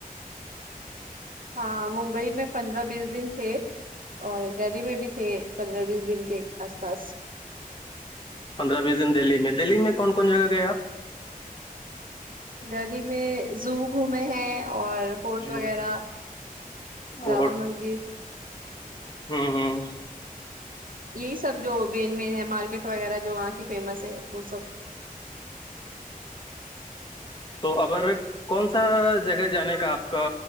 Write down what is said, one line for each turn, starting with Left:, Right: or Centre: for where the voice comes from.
Right: ہاں ممبئی میں پندرہ بیس دن تھ اور دہلی میں بھی تھے پندرہ بیس دن کے آس پاس
Left: پندرہ بیس دن دہلی میں دہلی میں کون کون جگہ گئے آپ
Right: دہلی میں زو گھومے ہیں اور
Left: آپ
Right: فٹ وغیرہ جامع
Left: اور
Right: مسجد
Left: ہوں ہوں
Right: یہی سب جو مین مین ہے مارکیٹ وغیرہ جو وہاں کی فیمس ہے وہ سب
Left: تو اگر کون سا جگہ جانے کا آپ کا